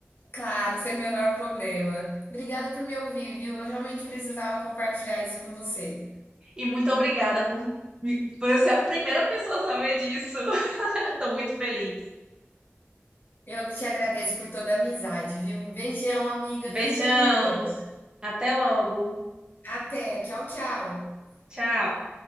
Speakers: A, on the left; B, on the right.
A: Claro, sem o menor problema. Obrigada por me ouvir, viu? Eu realmente precisava compartilhar isso com você.
B: E muito obrigada por, me- por eu ser a primeira pessoa a saber disso. <laughs> Estou muito feliz.
A: Eu que te agradeço por toda a amizade, viu? Beijão, amiga.
B: Beijão.
A: Fica com Deus.
B: Até logo.
A: Até. Tchau, tchau.
B: Tchau.